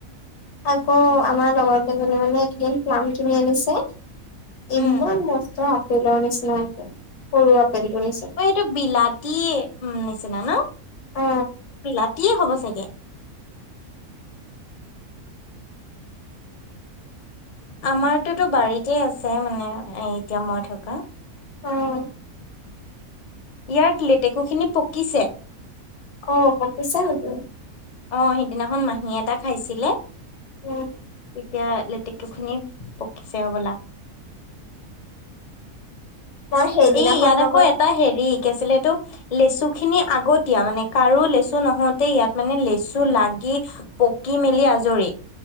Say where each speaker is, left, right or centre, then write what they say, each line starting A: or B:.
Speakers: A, on the left; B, on the left.
A: আকৌ আমাৰ লগৰতেলে মানে এইদিন কিমা কিনি আনিছে
B: উম
A: ইমান মস্ত তেলৰ নিচিনা সৰু আপেলটোৰ নিচিনা
B: অ এইটো বিলতি উ নিচিনা ন,
A: অ
B: বিল কি হ'ব চাগে। আমাৰতোতো বাৰীতে আছে মানে, এতিয়া মই থকা
A: অঁ
B: ইয়াক লেটেকুখিনি পকিছে।
A: অ পকিছে নেকি?
B: অ সিদিনাখন মাহীয়ে এটা খাইছিলে।
A: উম
B: এতিয়া লেতেকু খিনি পকিছে হ'বলা।
A: মই সেইদিনাখন
B: এই ইয়াত
A: লগৰ
B: আকৌ এটা হেৰি কি আছিল তটো, লেচু খিনি আগতীয়া, মানে কাৰো লেচু নহওতে, ইয়াত মানে লেচু লাগি পকি মেলি আজৰি।